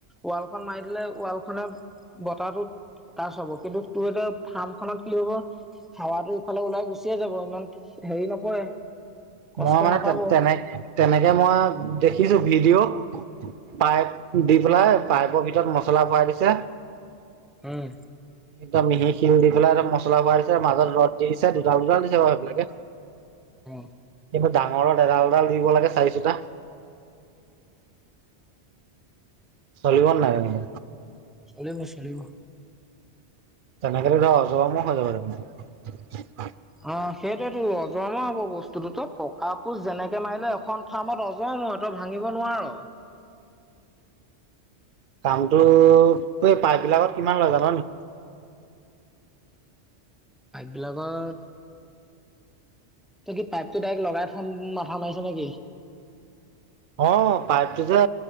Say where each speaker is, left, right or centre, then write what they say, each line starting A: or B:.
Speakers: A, in the centre; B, on the right.
A: ৱালখন মাৰি দিলে ৱাল মানে বতাহটোত তাছ হব কিন্তু তোৰ এতিয়া ফাৰ্ম খনত কি হ'ব হাৱাটো ইফালে ওলাই গুচিয়ে যাব ইমান হেৰি নপৰে কষ্ট
B: মই মানে
A: নাপাব
B: তে -
A: অ
B: তেনে - তেনেকে মই দেখিছো ভিডিঅ' পাইপ দি পেলাই পাইপৰ ভিতৰত মছলা ভৰাই দিছে।
A: উম
B: একদম মিহি শিল দি পেলাই একদম মছলা ভৰাই দিছে মাজত ৰদ দিছে দুডাল দুডাল দিছে বাৰু এইবিলাকে
A: অ'।
B: এই ডাঙৰত এডাল এডাল লাগে চাৰি চুটা চলিব নাই মানে?
A: চলিব চলিব।
B: তেনেকে টো ধৰ অজৰ অমৰ হৈ যাব দেখোন।
A: অ' সেইটোৱেটো অজৰ‌ অমৰ হব বস্তুটো তই টকা পোষ্ট যেনেকে মাৰিলে এখন ফাৰ্মত অজ মই তই ভাঙিব নোৱাৰ।
B: কামটো এই পাইপ বিলাকত কিমান লয় জান নি?
A: পাইপ বিলাকত তই কি পাইপটো ডাইৰেক্ট লগাই থম মাথা মাৰিছ নেকি?
B: অ' পাইপটো যে